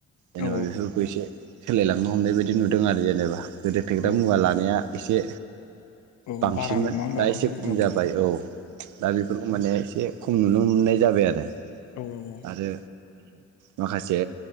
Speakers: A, on the right; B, on the left.
A: जेनेबा
B: औ
A: बेफोरखौ एसे सोलायलांनो हमनाय बायदि नुदों आरो जेनेबा गोदो फेग्रा
B: औ
A: मुवा लानाया एसे
B: औ
A: बांसिनमोन
B: बारामोन नङा
A: दा
B: होमबा
A: एसे खम जाबाय औ दा बेफोरखौ माने एसे खम नुनो मोननाय जाबाय आरो <unintelligible>
B: औ औ औ ।
A: आरो माखासे